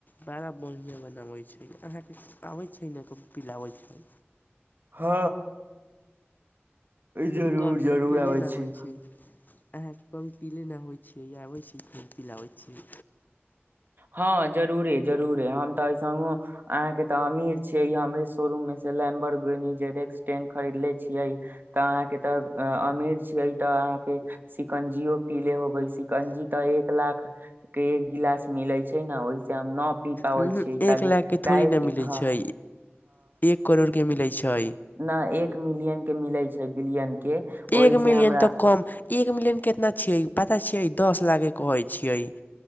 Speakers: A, on the left (about 45°); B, on the right (about 50°).
A: बड़ा बढ़िया बनावे छैय। अहाँके आबै छैय। एहि लऽ कऽ पिलाबै छै।
B: हँ। जरूर
A: कभी
B: जरूर
A: तऽ पीले
B: आबै
A: न होइ
B: छै।
A: छियै अहाँके कभी पीले नहि होइ छियै, आबै छी ख पिलाबै छी।
B: हँ, जरुररे-जरुररे, हम तऽ एहिस अहाँके तऽ अमीर छियै, हमरे शोरूम मे से लैम्बरड्स टेन खरीदले छियै तऽ अहाँके तऽ अमीर छियै, तऽ अहाँके शिकंजियो पी ले होबे, शिकंजी तऽ एक लाख के एक गिलास मिले छै न ओहिस हम न पी पाबै
A: ऊहु,
B: छियै
A: एक
B: खाली
A: लाख के थोड़े
B: काहे
A: न
B: कि
A: मिलै
B: हँ
A: छै, एक करोड़ के मिलै छै,
B: न एक मिलियन के मिलै छै बिलियन के
A: एक
B: ओहि
A: मिलियन
B: से हमरा
A: तऽ कम एक मिलियन कितना छिय पता छ दस लाख के कहै छियै।